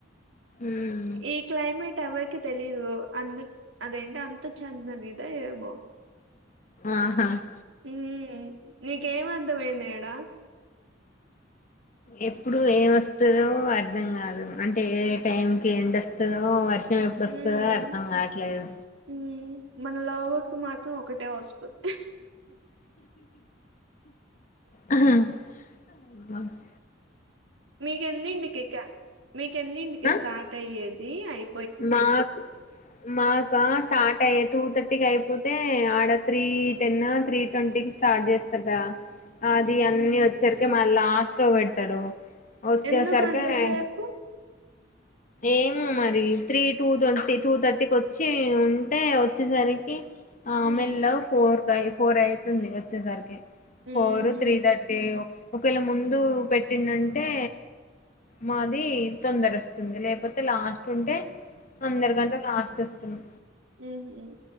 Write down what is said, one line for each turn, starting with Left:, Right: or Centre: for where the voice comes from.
Left: ఉమ్
Right: ఈ క్లైమేట్ ఎవరికి తెలిదు అందు అదేంటి అంత చెందానిదా ఏమో
Left: ఆహా
Right: హ నీకేం అర్ధమయింది ఎడా
Left: ఎప్పుడు ఏం వస్తుదో అర్ధం కాదు అంటే ఏ టైంకి ఎందుస్తుందో వర్స నిం ఎప్పుడు
Right: హ్మ్.
Left: వస్తుందో అర్థం కావట్లేదు
Right: హ్మ్. మన లావౌట్ కు మాత్రం ఒకటే వస్తది.
Left: ఆ <unintelligible> కుదన్ <unintelligible>
Right: మీక ఎన్నింటికి ఇక మీక ఎన్నింటికి
Left: ఆ
Right: స్టార్ట్ అయ్యేది అయి
Left: మాకు మాకా స్టార్ట్ టూ థర్టీ కి అయిపోతే ఆడ త్రీ టెన్ త్రీ ట్వంటీకి స్టార్ట్ చేస్తాడాటా అది
Right: హ్మ్.
Left: అన్ని ఓచ్చరికేమ లాస్ట్లో పెడతాడు వచ్చేసరికి
Right: ఎందుకు అంతసేపు
Left: ఏమో మరి త్రీ టూ ట్వంటీ టూ థర్టీకి వచ్చి ఉంటే వచ్చేసరికి ఆహ్
Right: హ్మ్.
Left: మెల్లగా ఫోర్ ఫైవ్ ఫోర్ అయితుంది వచ్చేసరికే
Right: హుహు.
Left: ఫోరు త్రీ థర్టీ అయ్యో ఒకవేళ ముందు పెట్టిండుంటే మాది తొందరస్తుం ది లేకపోతే లాస్ట్ ఉంటే అందరకంటే లాస్ట్ తెస్తున్నాం
Right: హమ్ హమ్